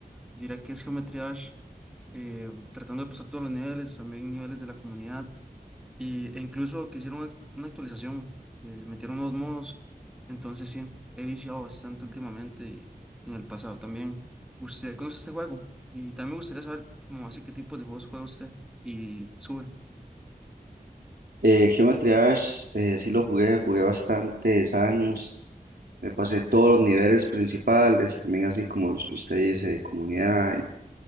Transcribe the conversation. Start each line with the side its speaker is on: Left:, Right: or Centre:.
Centre: dirá que es geometría eh, tratando de pasar todos los niveles, también niveles de la comunidad, y, e incluso que hicieron una, una actualización, eh, metieron unos modos, entonces sí, he viciado bastante últimamente y en el pasado también. ¿Usted conoce este juego? Y también me gustaría saber como así qué tipo de juegos juega usted y sube.
Right: Eh, Geometry Dash, eh, sí lo jugué, jugué bastantes años, me pasé todos los niveles principales, también así como los que usted dice de comunidad